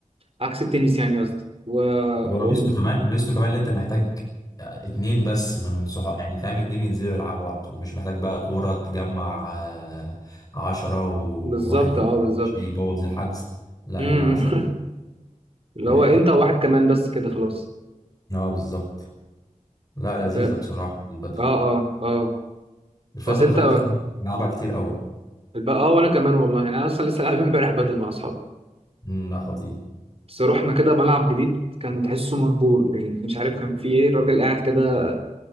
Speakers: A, on the right (about 45°); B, on the left (about 30°).
A: عكس التنس يعني قصدي و...
B: هو
A: و...
B: ميزته كمان ميزته كمان اللي انت محتاج آه، اتنين بس من صحاب يعني فاهم اتنين ينزلوا يلعبوا على طول مش محتاج بقى كورة تجمع آه، عشرة وواحد
A: بالظبط
B: يقول
A: اه بالظبط
B: لك مش يبوظ الحجز لا
A: امم
B: هي سهلة
A: <laughs> اللي
B: فاهم
A: هو انت وواحد كمان بس كده خلاص
B: اه بالظبط لا لذيذة
A: اه
B: بصراحة البدل
A: اه اه آه.
B: الفترة
A: بس
B: اللي
A: انت
B: فاتت دي كنت بلعبها كتير قوي
A: الب- اه وانا كمان والله يعني انا اصلا لسه لاعب امبارح بدل مع اصحابي
B: امم لا خطير
A: بس رحنا كده ملعب جديد كان تحسه مهجور يعني مش عارف كان فيه ايه الراجل قاعد كده